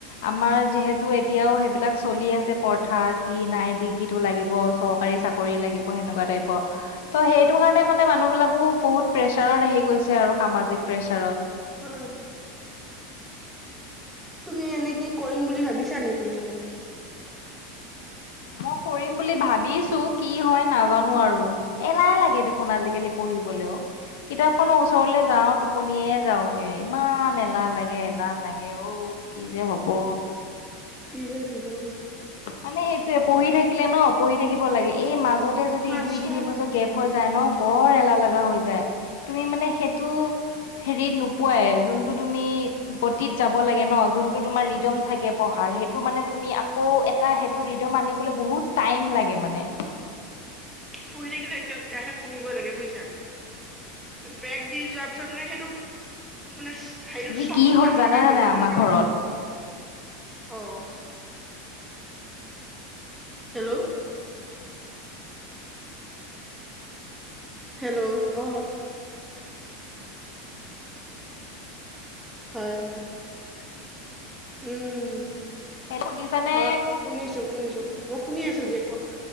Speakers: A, on the left; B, in the centre.
A: আমাৰ যিহেতু এতিয়াও সেইবিলাক চলি আছে প্ৰথা কি নাই ডিগ্ৰীটো লাগিব চৰকাৰী চাকৰি লাগিব সেনেকুৱা টাইপৰ ত সেইটো কাৰণে মানে মান মানুহ বিলাকো বহুত প্ৰেছাৰত আহি গৈছে আৰু সামাজিক প্ৰেচাৰত
B: হয় হয় তুমি এনে কি কৰিম বুলি ভাবিছা নেকি মানে
A: মই কৰিম বুলি ভাবিছো কি হয় নাজানো আৰু
B: অ
A: এলাহে লাগে দেখোন আজিকালি পঢ়িবলৈও কিতাপ খনৰ ওচৰলৈ যাও টোপনিয়ে যাওগে ইমান এলাহ লাগে এলাহ লাগে অঔ কি যে হব!
B: কি যে জীৱন
A: মানে সেইটোয়ে পঢ়ি থাকিলে ন পঢ়ি থাকিব লাগে এই মাজত তে যদি
B: মাছ
A: দুই
B: মানে
A: তিনি বছৰ গেপ হৈ যায় ন বৰ এলাহ লগা হৈ যায় তুমি মানে সেইটো হেৰিত নোপোৱাই যোনটো তুমি গতিত যাব লাগে ন যোনটো তোমাৰ ৰিডম থাকে পঢ়াৰ সেইটো মানে তুমি আকৌ এটা সেইটো ৰিদম আনিবলৈ বহুত টাইম লাগে মানে
B: পঢ়ি থাকিলে এতিয়াৰাহে পঢ়িবই লাগে বুজিছা। বেগ দি যোৱাৰ পিছত মানে সেইটো মানে হৰিটো
A: আজি
B: চখটো
A: কি হ'ল
B: নাথাকা
A: জানানে
B: হৈ
A: নাই
B: যায়
A: আমাৰ
B: বুজছানে?
A: ঘৰত
B: অ' হেল্ল'ও হেল্ল'ও অঁ হয় হয়। উম।
A: হেল্ল' শুনিছানে
B: হয়, শুনিছো শুনিছো মই শুনি আছো দিয়া ক